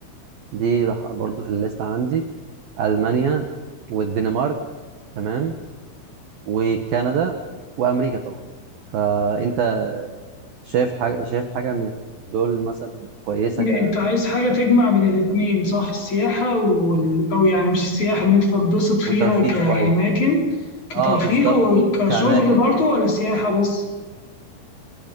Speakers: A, on the right; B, on the left.
A: دي برضه في الليست عندي المانيا والدنمارك تمام وكندا وامريكا طبعا فانت شايف حاجه شايف حاجه من دول مثلا كويسه ك
B: انت عايز حاجة تجمع بين الاتنين صح السياحة وال... او يعني مش السياحة ان انت تتبسط فيها
A: وترفيه
B: كأماكن
A: شويه
B: كترفيه
A: اه بالظبط
B: وكشغل
A: كاماكن
B: برضو
A: اه
B: ولا
A: كده
B: سياحة بس